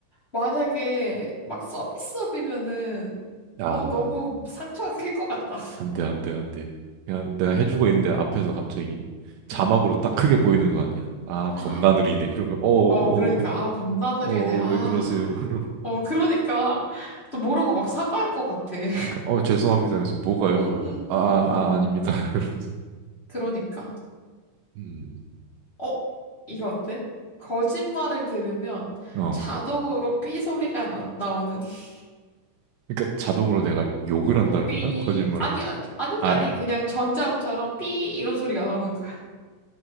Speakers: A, on the left; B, on the right.
A: 만약에 막 서비스업이면은
B: 아.
A: 어 너무 상처가 클 것 같다.
B: 안 돼, 안 돼, 안 돼. 그냥 내가 해주고 있는데 앞에서 갑자기 자막으로
A: 음.
B: 딱 크게 보이는 거 아니야. 아,
A: <gasps>
B: 겁나 느리네. 이러면, 어, 어,
A: 어 그러니까
B: 어,
A: 아 겁나 느리네.
B: 어,
A: 아.
B: 어, 왜 그러세요? <laughs>
A: 어 그러니까 또 모르고 막 사과할 것 같아. <laughs>
B: 그러니까, 어, 죄송합니다. 그래서 뭐가요?
A: 응응응응.
B: 그러면, 아, 아, 아, 아닙니다. <laughs> 이러면서,
A: 그러니까.
B: 음,
A: 어 이거 어때? 거짓말을 들으면
B: 어.
A: 자동으로 삐 소리가 나, 나오는 <laughs>
B: 그러니까 자동으로 내가 욕을 한다는
A: 삐
B: 거야? 거짓말을.
A: 아니 아니 아니
B: 아,
A: 아니, 그냥 전자음처럼 삐 이런 소리가 나오는 거야.